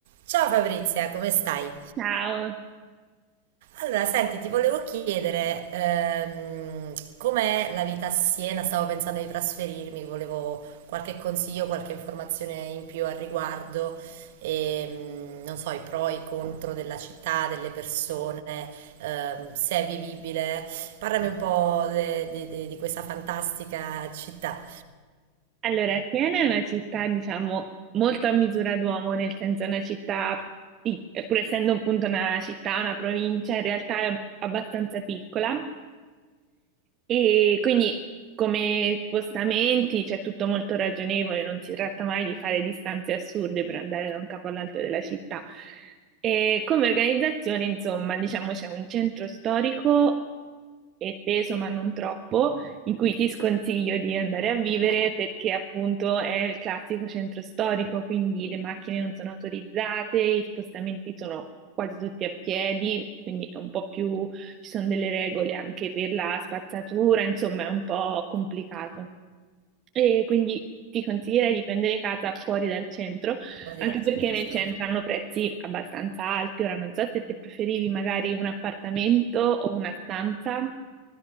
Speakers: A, on the right; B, on the right.
A: Ciao Fabrizia, come stai?
B: Ciao,
A: Allora, senti, ti volevo chiedere ehm, com'è la vita a Siena? Stavo pensando di trasferirmi, volevo qualche consiglio, qualche informazione in più al riguardo, ehm, non so, i pro e i contro della città, delle persone, ehm, se è vivibile. Parlami un po' de- de- de- di questa fantastica città
B: allora Atene è una città, diciamo, molto a misura d'uomo, nel senso è una città, pic- pur essendo appunto una città, una provincia, in realtà è abbastanza piccola e quindi come spostamenti c'è tutto molto ragionevole, non si tratta mai di fare distanze assurde per andare da un capo all'altro della città. E come organizzazione, insomma, diciamo c'è un centro storico esteso ma non troppo, in cui ti sconsiglio di andare a vivere perché appunto è il classico centro storico, quindi le macchine non sono autorizzate, i spostamenti sono quasi tutti a piedi, quindi è un po' più, ci sono delle regole anche per la spazzatura, insomma è un po' complicato. E quindi ti consiglierei di prendere casa fuori dal centro,
A: fuori
B: anche
A: dal
B: perché
A: centro
B: nel
A: storico.
B: centro hanno prezzi abbastanza alti. Ora non so se te preferivi magari un appartamento o una stanza.